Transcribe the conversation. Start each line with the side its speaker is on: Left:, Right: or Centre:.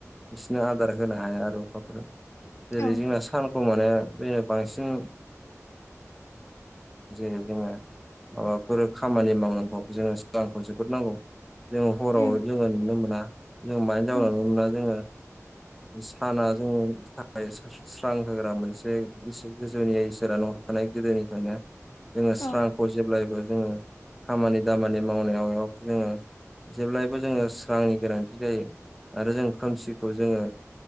Centre: बिसोरनो आदार होनो हाया आरो अखाफोरा जेरै
Left: औ
Centre: जोंना सानखौ माने बे बांसिन जेरै जोङो माबाफोर खामानि मावनांगौबाबो जोंनो सोरांखौ जोबोद नांगौ। जोङो हराव
Left: उम
Centre: जोङो नुनो मोना जों मानि जाउनाव
Left: उम
Centre: नुनो मोना जोङो साना जों <unintelligible> स्रां होग्रा मोनसे इसो गोजौनिया इसोरानो हरखानाय गोदोनिफ्रायनो। जोङो स्रांखौ
Left: औ
Centre: जेब्लायबो जोङो खामानि दामानि मावनायाव जोंनो जेब्लायबो जोंनो स्रांनि गोनांथि जायो। आरो जों खोमसिखौ जोङो